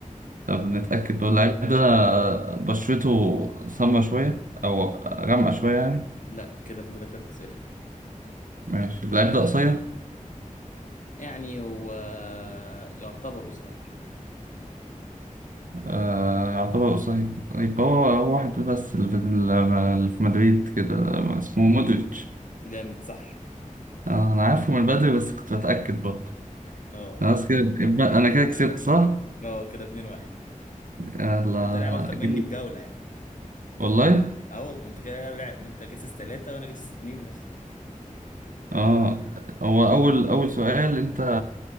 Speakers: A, on the right; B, on the left.
A: طب نتأكد هو اللعيب ده بشرته سمرا شوية أو غامقة شوية يعني
B: لا كده فاضلك ثلاث اسئله
A: ماشي اللعيب ده قصير
B: يعني هو يعتبر قصير
A: آه يعتبر قصير يبقى هو هو واحد بس اللي في اللي في مدريد كده اسمه مودريتش
B: جامد صح
A: آه أنا عارفه من بدري بس كنت بتأكد برضه
B: اه
A: خلاص
B: لا
A: كده يبقى أنا كده كسبت صح؟
B: اه كده اتنين واحد
A: يلا
B: انت لاعب اكتر
A: أجيبه.
B: مني بجوله يعني
A: والله
B: اه والله انت كده لاعب ما انت جسس ثلاثه وانا جسس اتنين بس
A: اه هو أول أول سؤال أنت